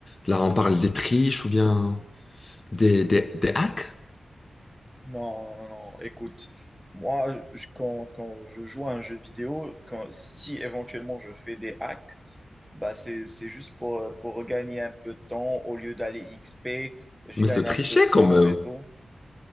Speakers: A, on the left (about 25°); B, in the centre.
A: Là, on parle des triches ou bien des, des, des hacks?
B: Non, non, non. Écoute, moi, je- quand, quand je joue à un jeu vidéo, quand, si éventuellement je fais des hacks, bah c'est, c'est juste pour, euh, pour gagner un peu de temps. Au lieu d'aller XP, je
A: Mais
B: gagne
A: c'est tricher
B: un peu de
A: quand
B: temps
A: même.
B: et tout.